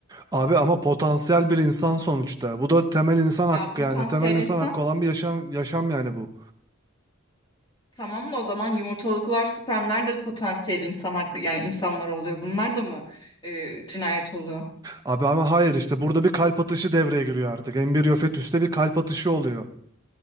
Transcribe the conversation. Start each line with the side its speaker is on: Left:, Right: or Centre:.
Right: Abi ama potansiyel bir insan sonuçta. Bu da temel insan hakkı
Left: Ya potansiyel
Right: yani. Temel insan
Left: insan
Right: hakkı olan bir yaşam, yaşam yani bu.
Left: tamam da o zaman yumurtalıklar, spermler de potansiyel insan hakkı yani insanlar oluyor. Bunlar da mı e, cinayet oluyor?
Right: Abi ama hayır işte burada bir kalp atışı devreye giriyor artık. Embriyo fetüste bir kalp atışı oluyor.